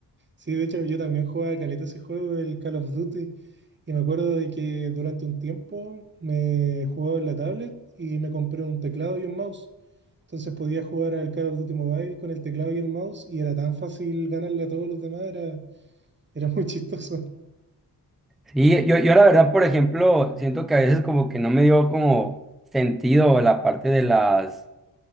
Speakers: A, on the right; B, in the centre.
A: Sí, de hecho yo también jugaba caleta ese juego, el Call of Duty, y me acuerdo de que durante un tiempo me jugaba en la tablet y me compré un teclado y un mouse. Entonces podía jugar al Call of Duty Mobile con el teclado y el mouse y era tan fácil ganarle a todos los demás, era, era muy <laughs> chistoso.
B: Sí, yo, yo la verdad, por ejemplo, siento que a veces como que no me dio como sentido la parte de las